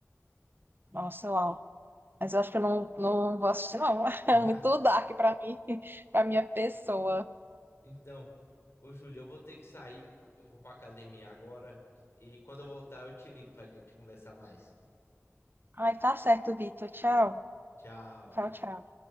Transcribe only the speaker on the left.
<laughs>
Então, ô Júlio, eu vou ter que sair, eu vou pra academia agora, e quando eu voltar eu te ligo pra gente conversar mais.
Tchau.